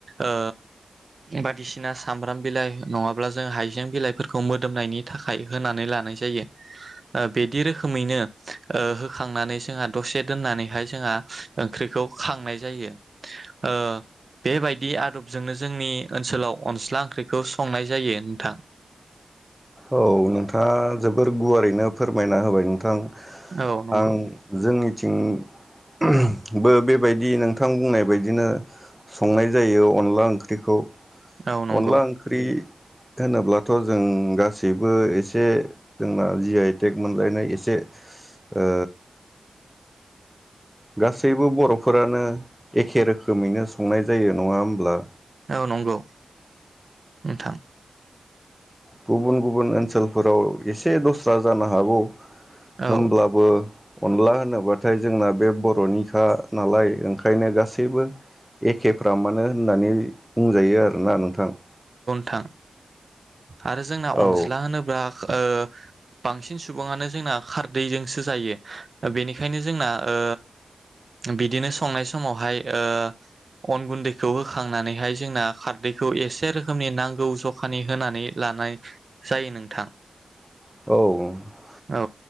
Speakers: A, on the right (about 50°); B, in the centre.
A: ओ बायदिसिना सामब्राम बिलाइ नङाब्ला जों हाइजें बिलाइफोरखौ मोदोमनायनि थाखाय होनानै लानाय जायो ओ बिदि रोखोमैनो ओ होखांनानै जोंहा दसे दोननानैहाय जोंहा ओंख्रिखौ खांनाय जायो ओ बेबायदि आदबजोंनो जोंनि ओनसोलाव अनज्ला ओंख्रिखौ संनाय जायो नोंथां
B: औ नोंथाङा जोबोर गुवारैनो फोरमायना होबाय नोंथां
A: औ नंगौ
B: आं जोंनि थिंबो बेबायदि नोंथां बुंनाय बायदिनो संनाय जायो अनला ओंख्रि ख्रिखौ
A: औ नंगौ
B: अनला ओंख्रि होनोब्लाथ' जों गासैबो एसे जोंना जि आइटेक मोनलायनाय एसे ओ गासैबो बर'फोरानो एखे रोखोमैनो संनाय जायो नङा होमब्ला
A: औ नंगौ नोंथां
B: गुबुन गुबुन ओनसोलफोराव एसे दस्रा जानो हागौ ।
A: औ
B: होमब्लाबो अनला होनोब्लाथाय जोंना बे बर'निखा नालाय ओंखायनो गासैबो एखेफ्रा मानो होननानै बुंजायो आरोना नोंथां ।
A: थां आरो जोंना
B: औ
A: अनज्ला होनोब्ला ओ बांसिन सुबुङानो जोंना खारदैजोंसो जायो बेनिखायनो जोंना ओ बिदिनो संनाय समावहाय ओ अन गुन्दैखौ होखांनानैहाय जोंना खारदैखौ एसे रोखोमनि नांगौ जखानि होनानै लानाय जायो नोंथां ।
B: औ
A: औ